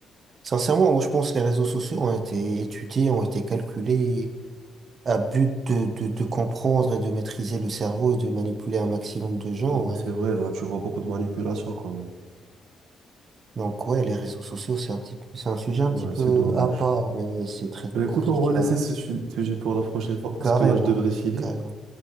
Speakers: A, on the right (about 45°); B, on the right (about 80°).
A: Sincèrement, moi je pense que les réseaux sociaux ont été étudiés, ont été calculés à but de, de, de comprendre et de maîtriser le cerveau et de manipuler un maximum de gens,
B: Ouais,
A: ouais.
B: c'est vrai, là, tu vois beaucoup de manipulation quand même.
A: Donc ouais, les réseaux sociaux, c'est un petit peu, c'est un sujet un
B: Ouais,
A: petit peu
B: c'est dommage.
A: à part, mais c'est très
B: Ben,
A: compliqué
B: écoute, on va laisser
A: à...
B: ce su- sujet pour la prochaine fois parce
A: Carrément,
B: que là, je devrais filer.
A: carrément.